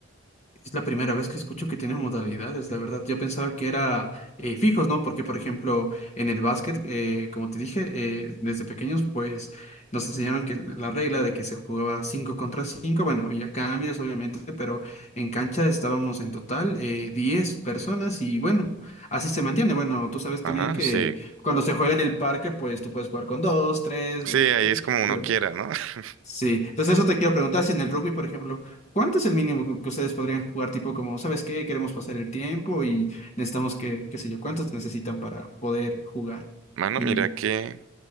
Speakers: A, on the left; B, on the right.
A: Es la primera vez que escucho que tiene modalidades, la verdad. Yo pensaba que era eh, fijos, ¿no? Porque, por ejemplo, en el básquet, eh, como te dije, eh, desde pequeños, pues nos enseñaron que la regla de que se jugaba 5 contra 5 bueno, había cambios, obviamente, pero en cancha estábamos en total eh, 10 personas y bueno, así se mantiene. Bueno, tú sabes
B: Ajá,
A: también que
B: sí.
A: cuando se juega en el parque, pues tú puedes jugar con 2 3
B: Sí,
A: ok,
B: ahí es como uno
A: pero
B: quiera, ¿no? <laughs>
A: Sí, entonces eso te quiero preguntar si en el rugby, por ejemplo, ¿cuánto es el mínimo que ustedes podrían jugar? Tipo como, ¿sabes qué? Queremos pasar el tiempo y necesitamos que, qué sé yo, ¿cuántos necesitan para poder jugar
B: Mano,
A: mínimo?
B: mira que,